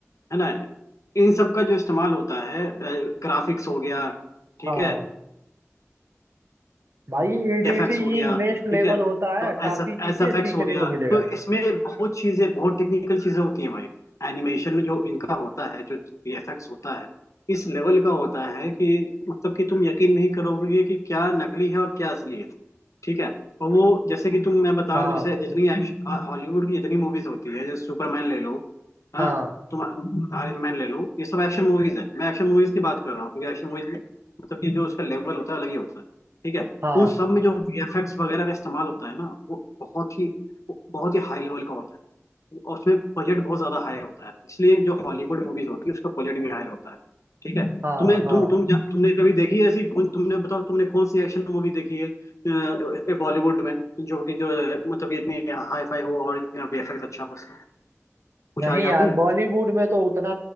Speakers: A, on the left; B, on the right.
A: है ना इन सब का जो इस्तेमाल होता है ग्राफिक्स हो गया ठीक
B: हाँ
A: है
B: भाई एडिटिंग
A: एफएक्स हो गया
B: नेक्स्ट लेवल
A: ठीक है
B: होता
A: तो
B: है काफी
A: एस एफ
B: चीजें
A: एस एफ
B: सीखने
A: एक्स हो गया
B: को मिलेगा
A: तो इसमें बहुत चीजें बहुत टेक्निकल चीजें होती हैं भाई एनिमेशन में जो इनका होता है जो वीएफएक्स होता है इस लेवल का होता है कि मतलब कि तुम यकीन नहीं करोगे कि क्या नकली है और क्या असली है ठीक है और वो जैसे कि तुम मैं बता रहा
B: हाँ
A: हूँ जैसे जितनी एक्शन हॉलीवुड की जितनी मूवीज होती है जैसे सुपरमैन ले लो हाँ
B: हाँ
A: तुम आयरन मैन ले लो ये सब एक्शन मूवीज है मैं एक्शन मूवीज की बात कर रहा हूँ क्योंकि एक्शन मूवीज में मतलब कि जो उसका लेवल होता है अलग ही होता है ठीक है
B: हाँ
A: उन सब में जो वीएफएक्स वगैरह का इस्तेमाल होता है ना वो बहुत ही बहुत ही हाई लेवल का होता है और उसमें बजट बहुत ज्यादा हाई होता है इसलिए जो हॉलीवुड मूवीज होती है उसका बजट भी हाई होता है ठीक है हम्म।
B: हाँ
A: तुम्हें
B: हाँ
A: तुम तुम जा- तुमने कभी देखी है ऐसी कौन तुमने बताओ तुमने कौन सी एक्शन मूवी देखी है अ, बॉलीवुड में जो कि जो है, मतलब कि इतनी हाई फाई हो और इतना वेफर अच्छा हो उसका कुछ
B: नहीं
A: आ- याद
B: यार
A: है
B: बॉलीवुड में तो उतना